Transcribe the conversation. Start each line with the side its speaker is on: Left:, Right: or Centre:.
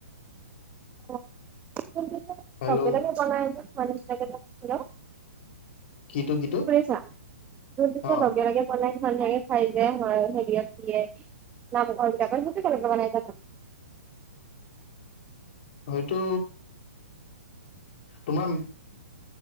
Right: <unintelligible>
Left: হেল্ল'
Right: লগে লগে বনাই যে তোমাৰ নিচিনাকে, হেল্ল'।
Left: কিটো কিটো
Right: শুনিছা? যোনটো যে
Left: অ
Right: লগে লগে বনাই ধুনীয়াকে খাই যে ঘৰৰ হেৰিয়ট দিয়ে, নামঘৰবিলাকত <unintelligible>
Left: হয়টো, তোমাৰ